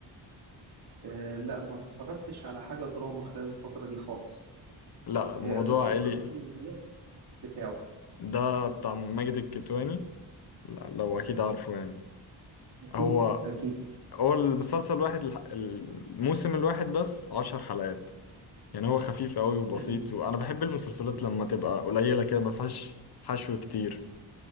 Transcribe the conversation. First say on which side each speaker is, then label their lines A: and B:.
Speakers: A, on the right (about 55°); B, on the left (about 55°).
A: أه لا ما اتفرجتش على حاجه دراما خلال الفتره دي خالص
B: لا موضوع
A: أه قصته
B: عائلي
A: عن ايه الملف بتاعه
B: ده بتاع ماجد الكدواني لا لو اكيد عارفه يعني
A: اكيد
B: هو
A: اكيد
B: هو المسلسل الواحد الح- الموسم الواحد بس عشر حلقات يعني هو خفيف قوي وبسيط
A: تمام
B: وانا بحب المسلسلات لما تبقى قليلة كده ما فيهاش حشو كتير